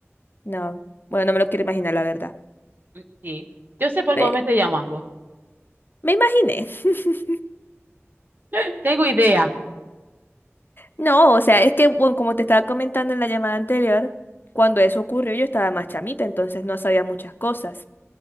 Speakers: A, on the left; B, on the right.
A: No, bueno, no me lo quiero imaginar, la verdad.
B: Mm, Sí. Yo sé por
A: Pe-
B: qué vos me estoy llamando.
A: me imaginé. <laughs>
B: <gasps> <laughs> Tengo idea.
A: No, o sea, es que, bueno, como te estaba comentando en la llamada anterior, cuando eso ocurrió yo estaba más chamita, entonces no sabía muchas cosas.